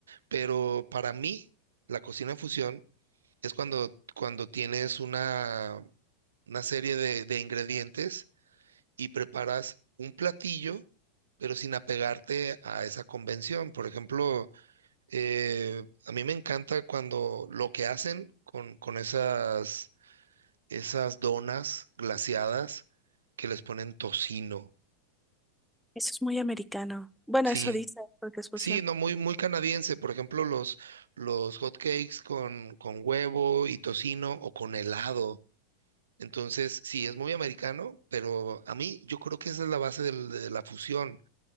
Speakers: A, on the right; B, in the centre.
A: Pero para mí, la cocina fusión es cuando, cuando tienes una, una serie de, de ingredientes y preparas un platillo, pero sin apegarte a esa convención. Por ejemplo, eh, a mí me encanta cuando lo que hacen con, con esas esas donas glaseadas que les ponen tocino.
B: Eso es muy americano. Bueno,
A: Sí,
B: eso dice, porque es fusión.
A: sí, no, muy, muy canadiense. Por ejemplo, los, los hot cakes con, con huevo y tocino o con helado. Entonces, sí, es muy americano, pero a mí yo creo que esa es la base del- de la fusión.